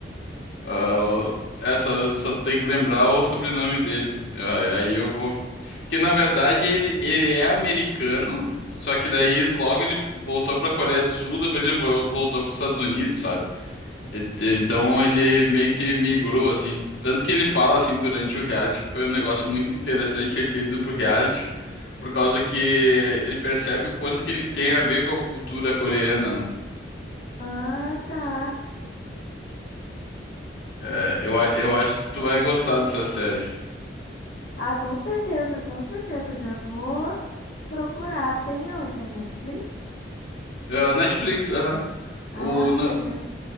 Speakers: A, on the left (about 65°); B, on the left (about 45°).
A: Ah,
B: Ah,
A: é, só, só tem que lembrar o sobrenome dele. Ah, Aí eu vou. Porque na verdade ele ele é americano, só que daí logo ele voltou pra Coreia do Sul, depois ele vo- voltou pros Estados Unidos, sabe? E- Então ele meio que migrou assim. Tanto que ele fala assim durante o reality que foi um negócio muito interessante ele ter ido pro reality, por causa que ele percebe o quanto que ele tem a ver com a cultura coreana. né?
B: ah, tá.
A: É, eu, a- eu acho que tu vai gostar dessas séries.
B: Ah, com certeza, com certeza. Já vou procurar. Tem onde? Na Netflix?
A: Ah, Netflix, aham.
B: Ah,
A: O, no-
B: beleza.